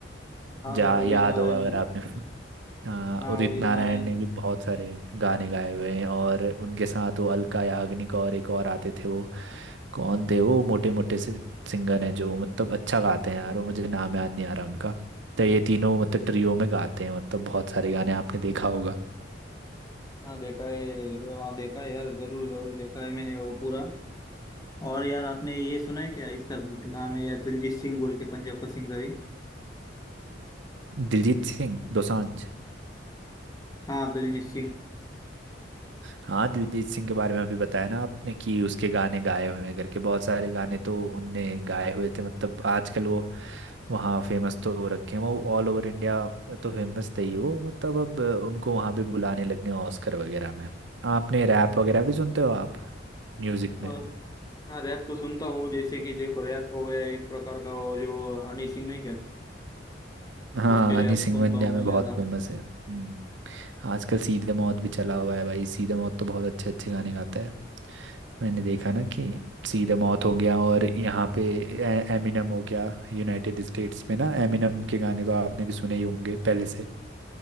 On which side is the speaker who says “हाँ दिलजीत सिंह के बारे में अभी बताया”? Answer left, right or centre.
Right